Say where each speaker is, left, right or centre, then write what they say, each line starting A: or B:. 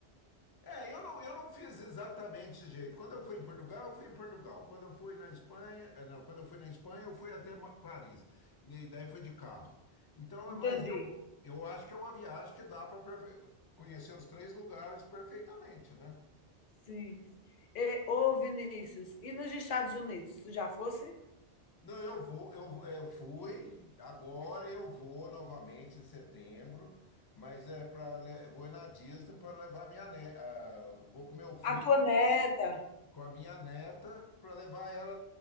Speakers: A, on the left (about 30°); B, on the left (about 55°).
A: É, eu não, eu não fiz exatamente esse jeito. Quando eu fui em Portugal, eu fui em Portugal. Quando eu fui na Espanha, eh, não, quando eu fui na Espanha, eu fui até Ma- Paris. E daí fui de carro. Então, eh,
B: Entendi.
A: mas eu, eu acho que é uma viagem que dá para conhecer os três lugares perfeitamente, né?
B: Sim. E, ô, Vinícius, e nos Estados Unidos, tu já fosse?
A: Não, eu vou, eu, eu fui, agora eu vou novamente em setembro, mas é para eu vou ir na Disney para levar minha ne- ah, vou com meu filho,
B: A tua neta?
A: com a minha neta, para levar ela